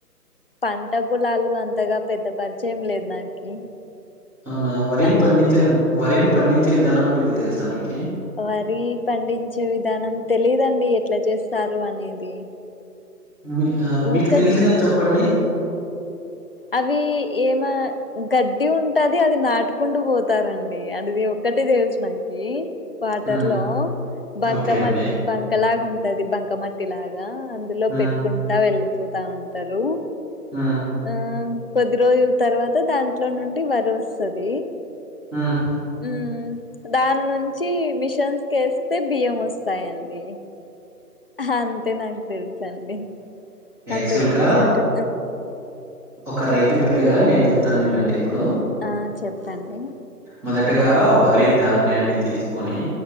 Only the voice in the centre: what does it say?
అవునా వరిని
పండించడం వరిని పండించే విధానం గురించి తెలుసా మీకి
మీ మీకు
తెలిసినది చెప్పండి
మ్మ్.
ఓకే అండి
హ్మ్.
ఆ
ఆమ్
యాక్టువల్గా
ఒక రైతు బిడ్డ గా నేను చెప్తాను చూడండి ఇప్పుడు
మొదటగా వరి ధాన్యాన్ని తీసుకొని